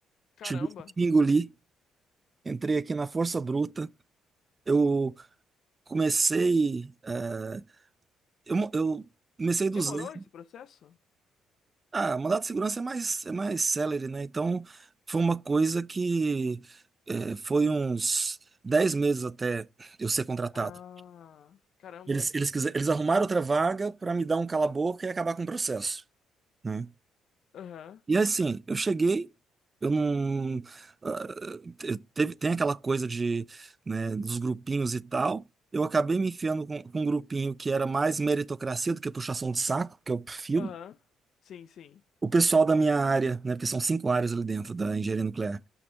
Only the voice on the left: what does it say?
Caramba.
Demorou
esse processo?
Ah, caramba.
Aham.
Aham. Sim, sim.